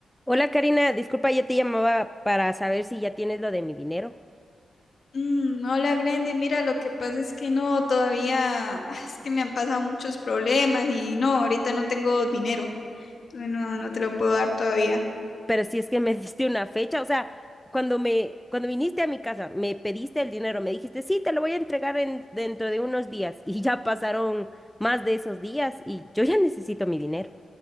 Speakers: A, in the centre; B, on the left (about 60°).
A: Hola Karina, disculpa, yo te llamaba para saber si ya tienes lo de mi dinero,
B: Mm, hola, Grande. Mira, lo que pasa es que no, todavía, ah, es que me han pasado muchos problemas y no, ahorita no tengo dinero. Entonces no, no te lo puedo dar todavía.
A: pero si es que me <laughs> diste una fecha, o sea, cuando me, cuando viniste a mi casa, me pediste el dinero, me dijiste, sí, te lo voy a entregar en, dentro de unos días, <laughs> y ya pasaron más de esos días y yo ya necesito mi dinero.